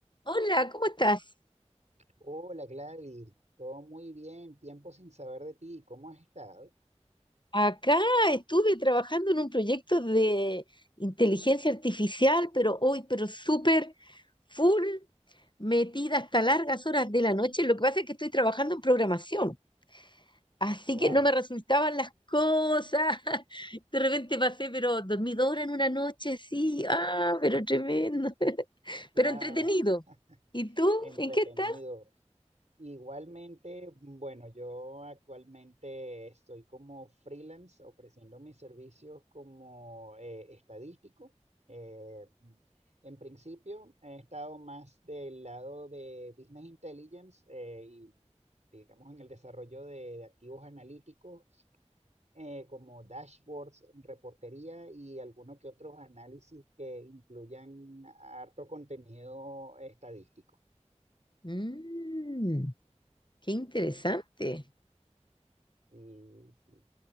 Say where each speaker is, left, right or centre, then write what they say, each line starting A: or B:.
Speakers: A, on the left; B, on the right.
A: Hola, ¿cómo estás?
B: Hola Gladys, todo muy bien, tiempo sin saber de ti, ¿cómo has estado?
A: Acá estuve trabajando en un proyecto de inteligencia artificial, pero hoy, pero súper full, metida hasta largas horas de la noche. Lo que pasa es que estoy trabajando en programación, así
B: Wow,
A: que no me resultaban las cosas. <laughs> De repente pasé, pero dormí dos horas en una noche, sí, ah, pero tremendo, <laughs>
B: wow,
A: pero entretenido. ¿Y
B: <laughs>
A: tú?
B: entretenido.
A: ¿En qué estás?
B: Igualmente, bueno, yo actualmente estoy como freelance ofreciendo mis servicios como eh, estadístico. Eh, en principio he estado más del lado de Business Intelligence eh, y digamos en el desarrollo de de activos analíticos eh, como dashboards, reportería y algunos que otros análisis que incluyan harto contenido estadístico.
A: Mm, qué interesante.
B: Sí, sí,